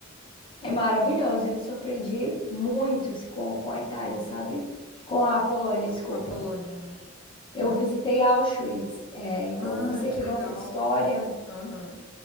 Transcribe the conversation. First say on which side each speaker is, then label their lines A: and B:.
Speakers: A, on the left (about 25°); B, on the left (about 75°).
A: é maravilhoso. Eu me surpreendi muito com, com a Itália, sabe? Com a Polônia, desculpa.
B: Com a Polônia, né?
A: Eu
B: Ah,
A: visitei Auschwitz, é, então
B: Ah,
A: você
B: que
A: que
B: legal.
A: gosta de história,
B: Aham.